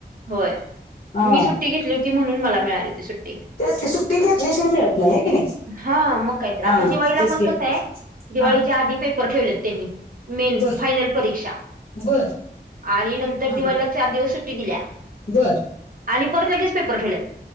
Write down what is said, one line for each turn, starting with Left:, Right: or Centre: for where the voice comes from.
Right: होय!
Left: हा
Right: मी सुट्टी घेतली होती. म्हणून मला मिळाली होती. सुट्टी
Left: ते कि सुट्टी घेतल्या शिवाय मिळत नाही. हे की नाही!
Right: हा मग काय तर
Left: हा
Right: आता दिवाळीला
Left: तेच
Right: पण
Left: की
Right: कसं आहे. दिवाळीच्या
Left: हा
Right: आधी पेपर ठेवलेत. त्यांनी मेन
Left: बर
Right: फायनल परीक्षा
Left: बर
Right: आणि नंतर
Left: हा
Right: दिवाळीला
Left: हा
Right: चार दिवस सुट्टी दिल्या
Left: बर
Right: आणि परत लगेच. पेपर ठेवल्यात